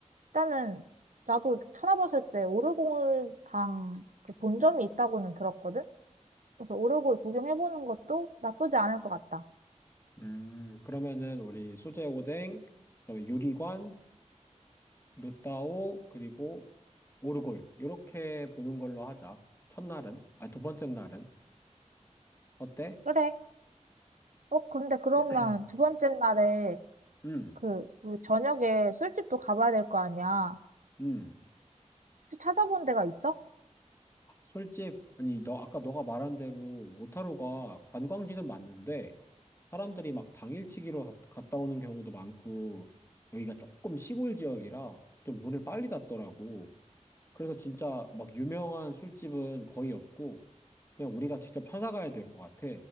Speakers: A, on the right; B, on the left.
A: 일단은 나도 찾아봤을 때 오르골당 그 본점이 있다고는 들었거든? 그래서 오르골 구경해보는 것도 나쁘지 않을 것 같다.
B: 음, 그러면은 우리 수제 오뎅, 그다음에 유리관, 루타오, 그리고 오르골. 이렇게 보는 걸로 하자. 첫날은. 아, 두 번째 날은. 어때?
A: 그래. 어, 근데 그러면
B: <clears throat>
A: 두 번째 날에
B: 음,
A: 그 우리 저녁에 술집도 가봐야 될 거 아니야.
B: 음.
A: 혹시 찾아본 데가 있어?
B: 술집. 아니, 너 아까 너가 말한 대로 오타루가 관광지는 맞는데 사람들이 막 당일치기로 가- 갔다 오는 경우도 많고, 여기가 조금 시골 지역이라 좀 문을 빨리 닫더라고. 그래서 진짜 막 유명한 술집은 거의 없고, 그냥 우리가 직접 찾아가야 될 것 같아.